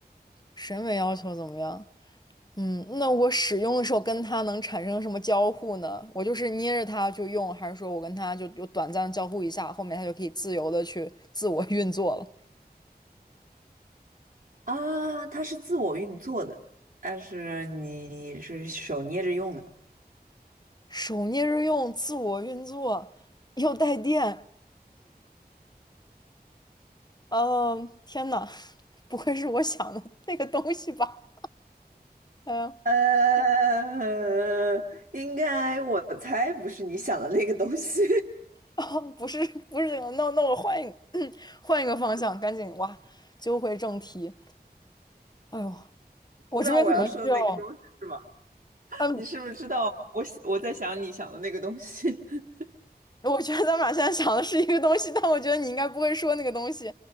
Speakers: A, on the left; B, on the right.
A: 审美要求怎么样？嗯，那我使用的时候跟它能产生什么交互呢？我就是捏着它就用，还是说我跟它就有短暂的交互一下，后面它就可以自由的去自我运作了？
B: 啊？它是自我运作的，但是你是手捏着用的。
A: 手捏着用，自我运作，又带电，嗯、天呐，<laughs> 不会是我想的那个东西吧？嗯、
B: 呃，应该我猜不是你想的那个东西，
A: 哦，不是，不是这个，那那我换一个，<clears throat> 换一个方向，赶紧哇，揪回正题。哎呦，
B: <laughs>
A: 我这边可能需要。
B: 知道我要说的那个东西是吗？
A: 嗯。
B: 你是不是知道我想我在想你想的那个东西？<laughs>
A: 我觉得咱们俩现在想的是一个东西，但我觉得你应该不会说那个东西，